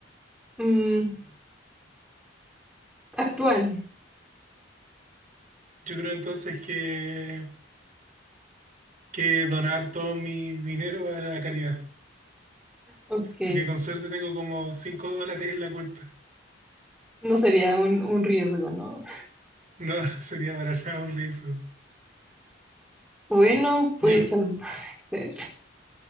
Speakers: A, in the centre; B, on the right.
A: Mm, actual.
B: Yo creo entonces que, que donar todo mi dinero a la caridad,
A: Ok,
B: porque con suerte tengo como 5 dólares en la cuenta.
A: no sería un, un riesgo, ¿no?
B: No, <laughs> no sería para nada un riesgo.
A: Bueno, pues
B: Y em-
A: al parecer